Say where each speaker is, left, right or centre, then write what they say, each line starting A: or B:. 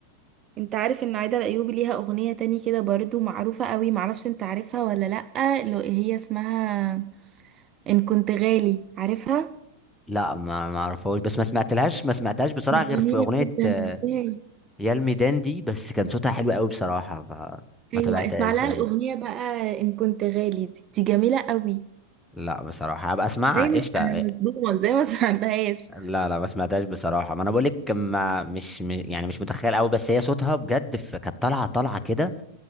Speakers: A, on the right; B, in the centre.
A: انت عارف ان عايدة الأيوبي ليها أغنية تاني كده برضو معروفة قوي معرفش انت عارفها ولا لأ اللي هي اسمها إن كنت غالي عارفها
B: لا ما ما اعرفهاش بس ما سمعتلهاش ما سمعتهاش بصراحه
A: جميلة
B: غير في اغنيه
A: جدا
B: آه،
A: ازاي
B: يا الميدان دي بس كان صوتها حلو قوي بصراحه فما
A: ايوه
B: تابعتهاش
A: اسمع لها
B: يعني
A: الأغنية بقى إن كنت غالي دي, دي جميلة قوي
B: لا بصراحه هبقى اسمعها
A: زي ما
B: قشطه
A: انا مش ضمن زي ما <laughs> سمعتهاش
B: لا لا ما سمعتهاش بصراحه ما انا بقول لك ما مش م- يعني مش متخيل قوي بس هي صوتها بجد ف- كانت طالعه طالعه كده